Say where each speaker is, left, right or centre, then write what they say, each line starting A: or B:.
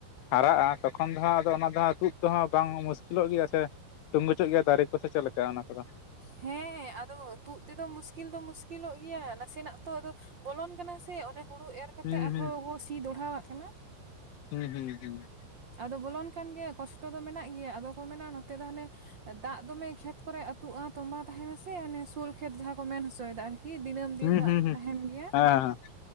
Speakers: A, on the left; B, on the right.
A: ᱦᱟᱨᱟᱜᱼᱟ ᱛᱚᱠᱷᱚᱱ ᱫᱚ ᱦᱸᱟᱜ ᱟᱫᱚ ᱚᱱᱟ ᱫᱚ ᱦᱟᱸᱜ ᱛᱩᱫᱽ ᱛᱮᱸᱦᱚ ᱵᱟᱝ ᱢᱩᱥᱠᱤᱞᱚᱜ ᱜᱮᱭᱟ ᱥᱮ? ᱼᱼ ᱴᱩᱝᱜᱟᱹᱪᱚᱜ ᱜᱮᱭᱟ ᱫᱟᱨᱮ ᱠᱚᱥᱮ ᱪᱮᱫ ᱞᱮᱠᱟ ᱚᱱᱟ ᱠᱚᱫᱚ?
B: ᱦᱮᱸ ᱟᱫᱚ ᱛᱩᱫ ᱛᱮᱫᱚ ᱢᱩᱥᱠᱤᱞ ᱫᱚ ᱢᱩᱥᱠᱤᱞᱚᱜ ᱜᱮᱭᱟ ᱱᱟᱥᱮᱱᱟᱜ ᱛᱚ ᱟᱫᱚᱼᱼ ᱵᱚᱞᱚᱱ ᱠᱟᱱᱟ ᱥᱮ ᱚᱱᱮ ᱦᱩᱲᱩ ᱮᱨ ᱠᱟᱛᱮᱜ
A: ᱦᱩᱸ
B: ᱟᱨᱦᱚᱸ
A: ᱦᱩᱸ
B: ᱵᱚ ᱥᱤ ᱫᱚᱲᱦᱟᱣᱟᱜ ᱠᱟᱱᱟ
A: ᱦᱩᱸ ᱦᱩᱸ ᱦᱩᱸ
B: ᱟᱫᱚ ᱵᱚᱞᱚᱱ ᱠᱟᱱ ᱜᱮᱭᱟ ᱠᱚᱥᱴᱚ ᱫᱚ ᱢᱮᱱᱟᱜ ᱜᱮᱭᱟ ᱟᱫᱚ ᱠᱚ ᱢᱮᱱᱟ ᱱᱚᱛᱮ ᱫᱚ ᱦᱟᱱᱮᱼᱼ ᱫᱟᱜ ᱫᱚᱢᱮ ᱠᱷᱮᱛ ᱠᱚᱨᱮ ᱟᱹᱛᱩᱜᱼᱟ ᱛᱚᱸᱵᱟ ᱛᱟᱦᱮᱱᱟ ᱥᱮ ᱚᱱᱮ ᱥᱳᱞ ᱠᱷᱮᱛ ᱡᱟᱦᱟᱸ ᱠᱚ ᱢᱮᱱ ᱦᱚᱪᱚᱭ ᱫᱟ ᱟᱨᱠᱤ ᱠᱤ ᱫᱤᱱᱟᱹᱢ ᱫᱤᱱ
A: ᱦᱩᱸ
B: ᱫᱟᱜ
A: ᱦᱩᱸ ᱦᱩᱸ
B: ᱛᱟᱸᱦᱮᱱ ᱜᱮᱭᱟ
A: ᱦᱮᱸ ᱦᱮᱸ